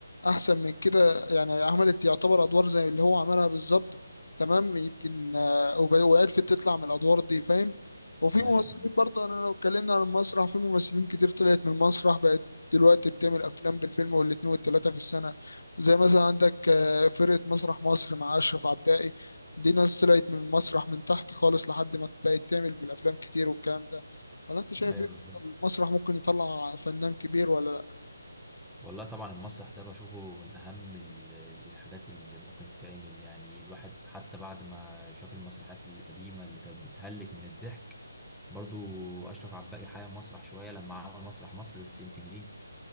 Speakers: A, on the left; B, in the centre.
A: احسن من كده يعني عملت يعتبر ادوار زي اللي هو عملها بالظبط تمام يمكن آه، وب- وعرفت تطلع من الادوار دي فاهم وفي
B: ايوه
A: ممثلين برضه انا لو اتكلمنا عن المسرح في ممثلين كتير طلعت من المسرح بقت دلوقتي بتعمل افلام بالفيلم والاتنين والتلاتة في السنة زي مثلا عندك آه، فرقة مسرح مصر مع أشرف عبدائي دي ناس طلعت من المسرح من تحت خالص لحد ما بقت تعمل بالأفلام كتير والكلام ده ولا أنت شايف
B: ايوه
A: إيه
B: بالظبط
A: المسرح ممكن يطلع فنان كبير ولا
B: والله طبعا المسرح ده بشوفه من أهم ال- ال- الحاجات اللي ممكن تتعمل يعني الواحد حتى بعد ما شاف المسرحيات القديمة اللي كانت بتهلك من الضحك برضو أشرف عباقي حيا مسرح شوية لما عمل مسرح مصر بس يمكن إيه